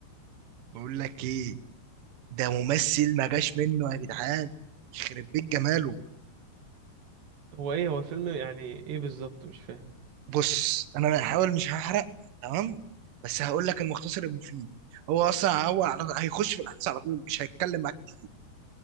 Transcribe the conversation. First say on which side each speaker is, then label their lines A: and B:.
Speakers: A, on the right (about 65°); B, on the right (about 90°).
A: بقول لك ايه ده ممثل ما جاش منه يا جدعان يخرب بيت جماله
B: هو ايه هو الفيلم يعني ايه بالظبط مش فاهم
A: بص انا هحاول مش هحرق تمام بس هقول لك المختصر المفيد هو اصلا هو على- هيخش في الاحداث على طول مش هيتكلم معاك كتير